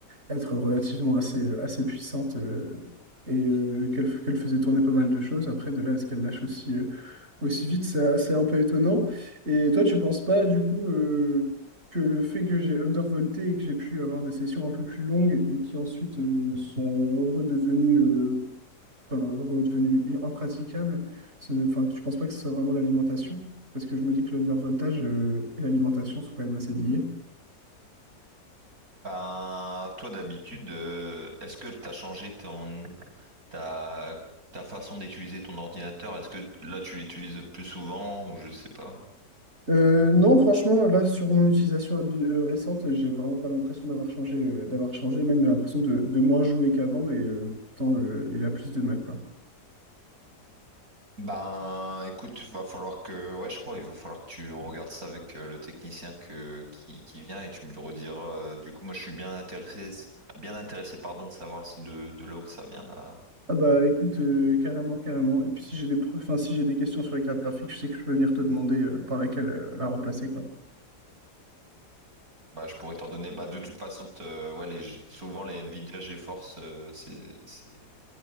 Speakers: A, on the right (about 35°); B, on the right (about 55°).
A: être relativement assez, euh, assez puissante euh, et euh, qu'elle f- qu'elle faisait tourner pas mal de choses. Après, de là à ce qu'elle lâche aussi, euh, aussi vite, c'est assez un peu étonnant. Et toi, tu penses pas du coup euh, que le fait que j'ai undervolté et que j'ai pu avoir des sessions un peu plus longues et qui ensuite euh, sont redevenues euh, enfin, redevenu impraticable. Ce- Enfin, tu ne penses pas que ce soit vraiment l'alimentation? Parce que je me dis que le undervoltage euh, et l'alimentation sont quand même assez liés.
B: Ben, toi d'habitude, euh, est-ce que t'as changé ton ta ta façon d'utiliser ton ordinateur? Est-ce que là tu l'utilises plus souvent ou je sais pas?
A: Euh, non, franchement, là, sur mon utilisation habi- euh, récente, j'ai vraiment pas l'impression d'avoir changé, euh, d'avoir changé, même j'ai l'impression de, de moins jouer qu'avant, et euh, pourtant, euh, il a plus de mal, quoi.
B: Ben, écoute, va falloir que, ouais, je crois, il va falloir que tu regardes ça avec euh, le technicien que qui, qui vient et tu me le rediras. Euh, Du coup, moi, je suis bien intéressé, bien intéressé, pardon, de savoir ce- de, de là où ça vient là.
A: Ah bah écoute, euh, carrément, carrément. Et puis si j'ai des, pro- enfin, si j'ai des questions sur les cartes graphiques, je sais que je peux venir te demander euh, par laquelle euh, la remplacer, quoi.
B: Bah, je pourrais t'en donner. Bah, de toute façon, te- ouais, les... G- souvent les Nvidia GeForce, euh, c'est, c'est...